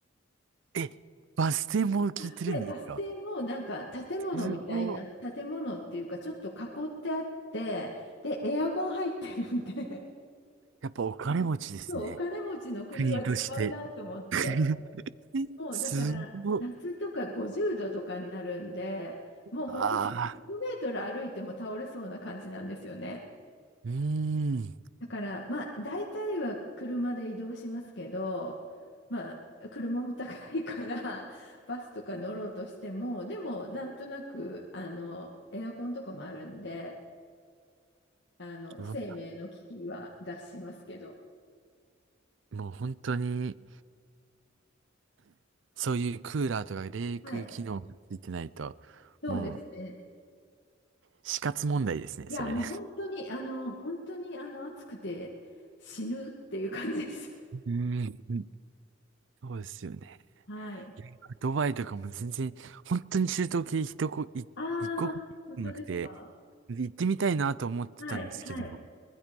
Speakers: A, on the right; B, on the left.
A: え、バス停も聞いてるんですか
B: バス停、バス停もなんか建物みたいな、
A: すごい。
B: 建物っていうかちょっと囲ってあって、で、エアコン入ってるんで
A: やっぱお金持ちですね。
B: いや、そう、お金持ちの国は違うなと思って。
A: 国として。<laughs>
B: もうだから夏とか50度とかになるんで、
A: すごっ。
B: もう本当に100メートル歩いても倒れそうな感じなんですよね。
A: ああ。うーん。
B: だから、まあ、大体は車で移動しますけど、まあ、車も高いから、<laughs> バスとか乗ろうとしても、でも、なんとなく、あの、エアコンとかもあるんで、あの、
A: うわ
B: 生命の危機は脱しますけど。
A: もう本当に、そういうクーラーとか冷却機能がついてないと、
B: はい。そうですね。
A: もう死活問題ですね、
B: いや、
A: それ。
B: もう本当に、あの、本当に、あの、暑くて死ぬっていう感じです。<laughs>
A: うん。そうですよね。
B: はい。
A: いやドバイとかも全然、本当に中東系一こ、い一国もなくて、
B: ああ、本当ですか。
A: 行ってみたいなと思ってたんですけど、
B: はい、はい。